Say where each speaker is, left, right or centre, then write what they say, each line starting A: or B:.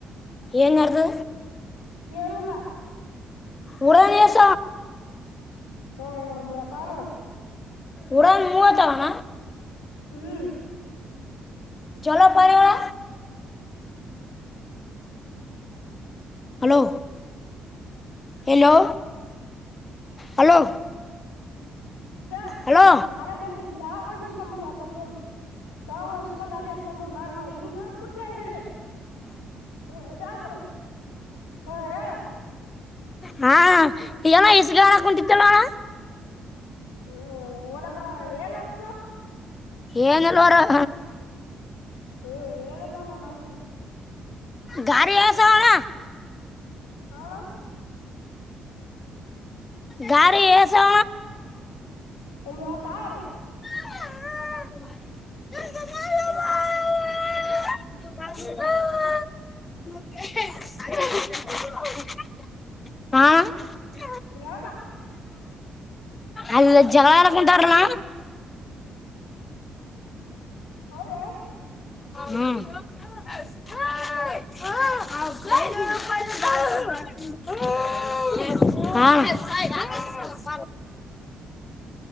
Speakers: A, on the left (about 30°); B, on the left (about 80°).
A: ಏನದು
B: ಏನೀಲ್ಲ
A: ಉರನೇಶ
B: ಹ ಮತ ನೋಡ
A: ಉರಾ ಮೂವ ತಾವಣ
B: ಹ್ಮ್
A: ಚಲೋ ಪಾರಿವಾಳ ಹಲೋ ಹಲೋ ಹಲೋ
B: ಈಗ
A: ಹಲೋ
B: ಲಾರೆೆಂಬಲ್ಲಿ ತಾವೋಗ ಇಸ್ಕೊ್ ಬಿಿಡಿ ಎಲ್ಲ ಶೋೋಗ ತಾವ ಇಸ್ಕೊಂಡ್ ಅಲ್ಲೇ ಇಟ್ಕೊಂಡ್ಬಿಡ್ ನಾ ಹಿಂಗಗೆ ಹೋಗ ಬಿಡ್ನನೆಿಂಗಿಡೆ
A: ಹ
B: ಹಾ ಯಬುರ ಹಾ ಹೇಳ
A: ಹಾ ಎಲ್ಲ ಇಸಗಣ ಕುಂಟಿತ್ತಲ್ಲಣ್ಣ
B: ಹ್ಮ ಒಲಬ ಏನ್ ಆಡ್ತ
A: ಏ ನಲ್ಲರಣ
B: ಹ ಹೇಳ ನಾನ ನಮ್ದ
A: ಗರಿ ಆಸಣ
B: ಹಾ
A: ಗಾರಿಯೇ ಸಾ
B: ಮೂವತಾಳನ
A: ಹ ಹೂ ಊ ಹಾ
B: ಯ
A: ಅಲ್ಲಿ ಜವಳಾಡಕುಂತರಣ
B: ಹೌ ಯಾವ
A: ಹ್ಮ್ <unintelligible> ಹಾ